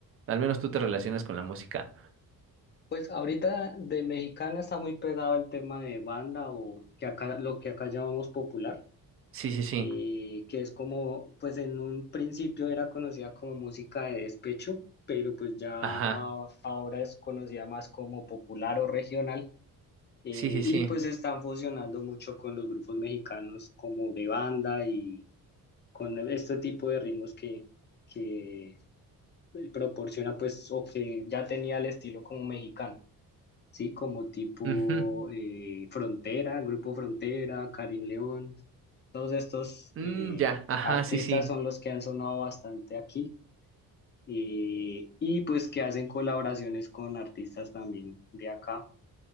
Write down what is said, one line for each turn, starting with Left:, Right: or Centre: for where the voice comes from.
Right: Al menos tú te relacionas con la música.
Left: Pues ahorita de mexicana está muy pegado el tema de banda o que acá, lo que acá llamamos popular,
Right: Sí, sí, sí.
Left: eh, que es como, pues en un principio era conocida como música de despecho, pero pues ya a-
Right: Ajá.
Left: ahora es conocida más como popular o regional, eh,
Right: Sí, sí, sí.
Left: y pues están fusionando mucho con los grupos mexicanos como de banda y con este tipo de ritmos que, que proporciona pues o que ya tenía el estilo como mexicano. ¿sí? Como tipo
Right: Ujú.
Left: eh, Frontera, el Grupo Frontera, Karim León, todos estos
Right: Mm,
Left: eh,
Right: ya. Ajá,
Left: artistas
Right: sí, sí.
Left: son los que han sonado bastante aquí eh, y pues que hacen colaboraciones con artistas también de acá.